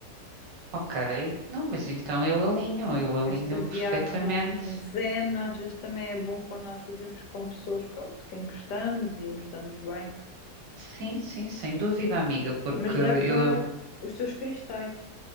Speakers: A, on the right; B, on the left.
A: Ok. Não, mas então eu alinho, eu alinho
B: Esta
A: perfeitamente.
B: viagem zen às vezes também é bom quando nós fazemos com pessoas, pronto, de quem gostamos e nos damos bem.
A: Sim, sim, sem dúvida, amiga, porque
B: Mas leva
A: eu.
B: os teus cristais.